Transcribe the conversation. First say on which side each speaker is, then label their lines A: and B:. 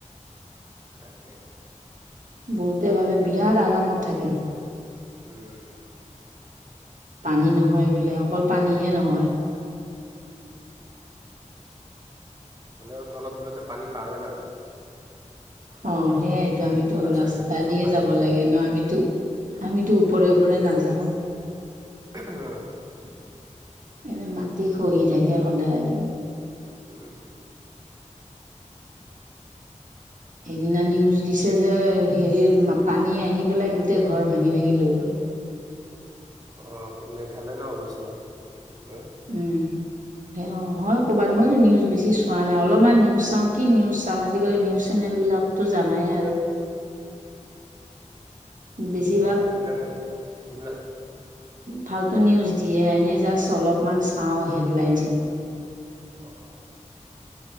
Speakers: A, on the right; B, on the right.
A: তাকে
B: বহুতে ভাবে বিৰাট আৰামত থাকে
A: উম
B: পানী নহয় বোলে অকল পানীহে নহয়
A: হলেও তলত গুলোতে পানী পামে ন আমি
B: অ সেইয়াইতো
A: তলত গ'লে
B: আমিতো
A: আকৌ
B: ৰাস্তা
A: ঘাটটো চব
B: দিয়ে
A: পানী
B: যাব
A: হৈয়ে
B: লাগে
A: থাকে।
B: ন আমিতো আমিতো ওপৰে ওপৰে নাযাওঁ
A: আহ
B: এ মাটি খহি থাকে সদায়
A: উ
B: সেইদিনা নিউজ দিছে যে হেৰিৰ পানী আহি পেলাই গোটেই ঘৰ ভাঙি ভাঙি লৈ গ'ল
A: অ কত মেঘালয় ন অৰুণাচলত ন
B: উম অ' হয় ক'ৰবাত।
A: অ'।
B: মইতো নিউজ বেছি চো চোৱা নাই। অলপমান নিউজ চাওঁ। কি নিউজ চাম? আজিকালি নিউজ চেনেল বিলাকতো জানাই আৰু।
A: <unintelligible>
B: বেছিভাগ
A: নাই সেইবিলাকে, সেইবিলাক
B: ফালটু নিউজ দিয়ে। এনেই জাষ্ট অলপমান চাওঁ হেডলাইনছ এটা।
A: অ'।